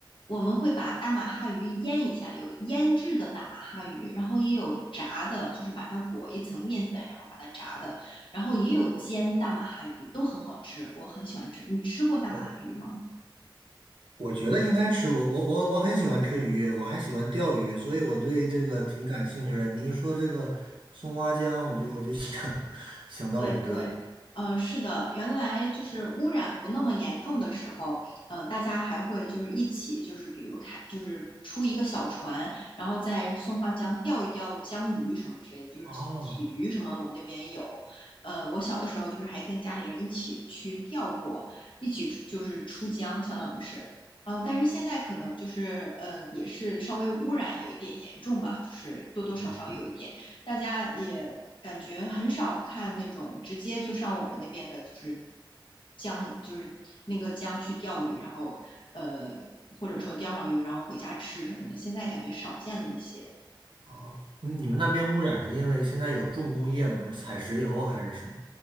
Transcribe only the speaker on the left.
我们会把大马哈鱼腌一下，有腌制的大马哈鱼，然后也有炸的，就是把它裹一层面粉，然后把它炸的，然后也有煎大马哈鱼，都很好吃，我很喜欢吃。你吃过大马哈鱼吗？
对对，呃，是的，原来就是污染不那么严重的时候，嗯、大家还会就是一起，就是比如开，就是出一个小船，然后在松花江钓一钓江鱼什么之类的，就是鲫鱼什么，
我们那边有。呃，我小的时候就是还跟家里人一起去钓过，一起出就是出江，相当于是。嗯，但是现在可能就是，嗯，也是稍微污染有一点严重吧，就是多多少少有一点。
大家也感觉很少看那种直接就上我们那边的，就是江，就是那个江去钓鱼，然后呃，或者说钓上鱼，然后回家吃什么的，现在感觉少见了一些。